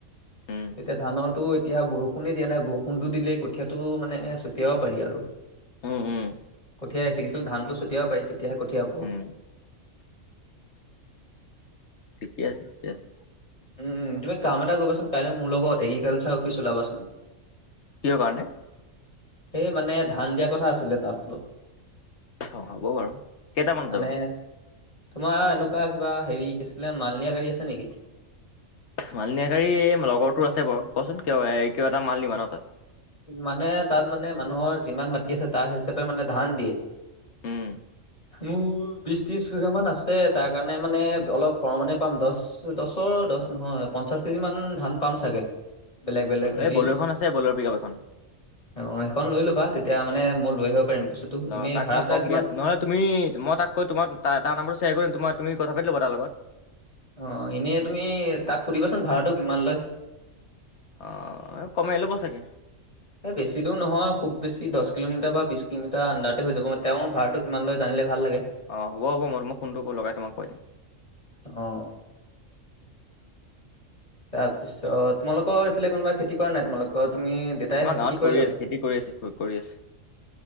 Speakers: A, on the left; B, on the left.
A: উম
B: এতিয়া ধানৰতো এতিয়া বৰষুণে দিয়া নাই বৰষুণটো দিলে কঠীয়াটো মানে ছটিয়াব পাৰি আৰু
A: উম উম
B: কঠীয়া এ চিগিছো ধানটো ছটিয়াব পাৰি তেতিয়াহে কঠীয়া হ'ব
A: উম ঠিকে আছে ঠিকে আছে
B: উম তুমি কাম এটা কৰিবাচোন কাইলে মোৰ লগত এগ্ৰিকালচাৰ অফিচ ওলাবাচোন
A: কিহৰ কাৰণে?
B: এই মানে ধান দিয়া কথা আছিলে তাত
A: অ হ'ব বাৰু কেইটামানত
B: মানে
A: যাবা?
B: তোমাৰ এনেকুৱা কিবা হেৰি কি আছিলে মাল নিয়া গাড়ী আছে নিকি?
A: মালনিয়া গাড়ী এই লগৰটো আছে বাৰু কচোন কিয় কিয় এটা মাল নিবা ন তাত,
B: মানে তাত মানে মানুহৰ যিমান মাটি আছে তাৰ হিচাপে মানে ধান দিয়ে।
A: হু
B: মোৰ বিশ ত্ৰিশ বিঘা মান আছে তাৰ কাৰণে মানে অলপ হৰ মানে পাম দছ দছৰ দছ নহয় পঞ্চাশ কেজি মান ধান পাম চাগে বেলেগ বেলেগ হেৰি
A: এই বলেৰ এখন আছে বলেৰ পিকআপ এখন
B: অঁ সেইখন লৈ ল'বা তেতিয়া মানে মই লৈ আহিব পাৰিম বস্তুটো এনেই
A: অ তাক
B: ভাড়া
A: মই
B: চাড়া
A: কম
B: কিমান
A: দিয়া নহলে তুমি মই তাক কৈ তোমাৰ তাৰ নম্বৰটো শ্বেয়াৰ কৰিম তো তুমি কথা পাতি ল'বা তাৰলগত-
B: অ এনেই তুমি তাক সুধিবাচোন ভাড়াটো কিমান লয়?
A: অ কমাই লব চাগে।
B: এ বেছি দূৰ নহয় খুব বেছি দশ কিলোমিটাৰ বা বিশ কিলোমিটাৰ আণ্ডাৰতে হৈ যাব তেওঁ ভাড়াটো কিমান লয় জানিলে ভাল। লাগে
A: অঁ হ'ব হ'ব মই মই ফোনটো লগাই তোমাক কৈ দিম।।
B: আহ। তাৰপিছত তোমালোকৰ এইফালে কোনোবা খেতি কৰা নাই তোমালগত? তুমি দেউতাই
A: আমাৰ
B: আছে খেতি
A: গাঁৱত
B: কৰে
A: কৰি
B: জানো?
A: আছে খেতি কৰি আছে কৰি আছে